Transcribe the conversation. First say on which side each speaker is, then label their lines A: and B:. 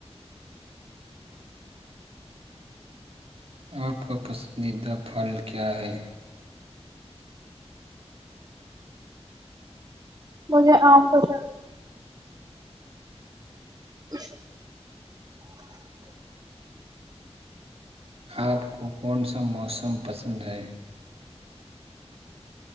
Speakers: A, on the right; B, on the right.
A: آپ کا پسندیدہ پھل کیا ہے
B: مجھے آم پسند <inaudible>
A: آپ کو کون سا موسم پسند ہے